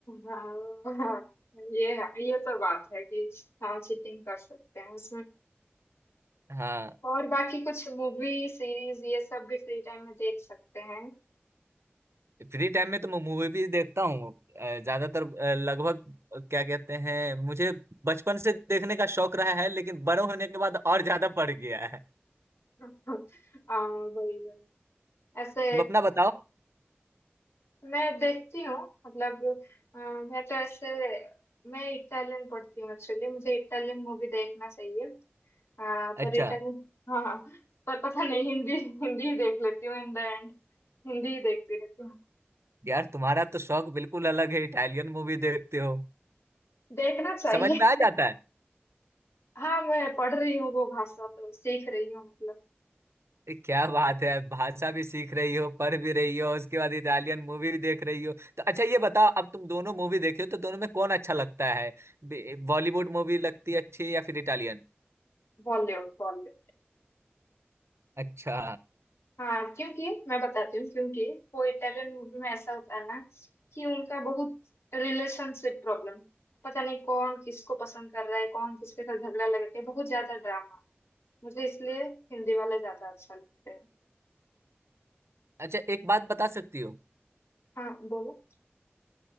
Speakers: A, on the left (about 80°); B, on the right (about 90°).
A: हाँ, ये है ये तो बात है कि हाँ चीटिंग कर सकते हैं उसमें
B: हाँ
A: और बाकी कुछ मूवी सीरीज ये सब भी फ्री टाइम में देख सकते हैं
B: फ्री टाइम में तो मैं मूवी भी देखता हूँ अ, ज्यादातर अ, लगभग अ, क्या कहते हैं मुझे बचपन से देखने का शौक रहा है लेकिन बड़े होने के बाद और ज्यादा बढ़ गया है
A: <laughs> आ, वही वही ऐसे
B: तुम अपना बताओ
A: मैं देखती हूँ मतलब अ, मैं तो ऐसे मैं इटालियन पढ़ती हूँ एक्चुअली मुझे इटालियन मूवी देखना चाहिए अ, पर
B: अच्छा
A: इटालियन हाँ पर पता नहीं हिंदी हिंदी ही देख लेती हूँ इन द एंड हिंदी ही देखती रहती हूँ
B: यार तुम्हारा तो शौक बिल्कुल अलग है इटालियन मूवी देखते हो
A: देखना चाहिए
B: समझ में आ जाता है
A: हाँ मैं पढ़ रही हूँ वो भाषा तो सीख रही हूँ मतलब
B: ए, क्या बात है भाषा भी सीख रही हो पढ़ भी रही हो उसके बाद इटालियन मूवी भी देख रही हो तो अच्छा ये बताओ अब तुम दोनों मूवी देखे हो तो दोनों में कौन अच्छा लगता है बॉलीवुड मूवी लगती है अच्छी या फिर इटालियन
A: बॉलीवुड बॉलीवुड
B: अच्छा
A: हाँ क्योंकि मैं बताती हूँ क्योंकि वो इटालियन मूवी में ऐसा होता है ना कि उनका बहुत रिलेशनशिप प्रॉब्लम पता नहीं कौन किसको पसंद कर रहा है कौन किसके साथ झगड़ा लगा के बहुत ज्यादा ड्रामा मुझे इसलिए हिंदी वाला ज्यादा अच्छा लगता है
B: अच्छा एक बात बता सकती हो
A: हाँ बोलो